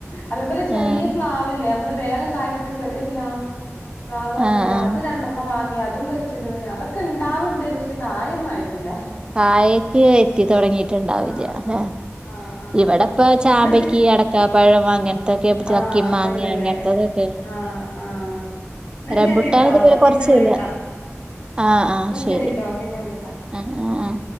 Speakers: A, on the left (about 55°); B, on the right (about 20°).
A: അതേപോലെ ചെറിയ
B: ആഹ്
A: പ്ലാവ്ല്ല്ലേ നമ്മള് വേഗം കായ്ക്ക്ണ ചെറിയ പ്ലാവ് പ്ലാവ് പറഞ്ഞ്ട്ട്
B: ആഹ് ആഹ്
A: അത് രണ്ടർണ്ണം വാങ്ങി അതും വെച്ച്ക്ക്ണ് അതൊക്കെ ഇണ്ടാവ്ണ്ട് പക്ഷെ കായൊന്നും ആയി ട്ടില്ല
B: കായക്ക് എത്തിത്തൊടങ്ങിട്ട്ണ്ടാവില്ല
A: ആഹ്
B: ലേ
A: ആഹ് ആഹ്
B: ഇവിടപ്പ ചാമ്പയ്ക്കെ
A: ന്നാ ശെ
B: അട ടക്കപഴം അങ്ങനത്തൊക്കെ ചക്കീം
A: ആഹ് ഒക്കെണ്ട്ല്ലേ
B: മാങ്ങേ അങ്ങനത്തതൊക്കെ
A: ആഹ് ആഹ് എന്നാ
B: റംബുട്ടാൻ
A: ശരിട്ടോ
B: ഇതുപോലെ
A: എന്നാ
B: കൊറച്ചില്ല
A: പിന്നെ വിളിക്ക
B: ആഹ് ആഹ്
A: ന്ന
B: ശരി
A: ശരിട്ടോ പിന്നെ വിളിക്ക
B: ആഹ് ആഹ് ആഹ്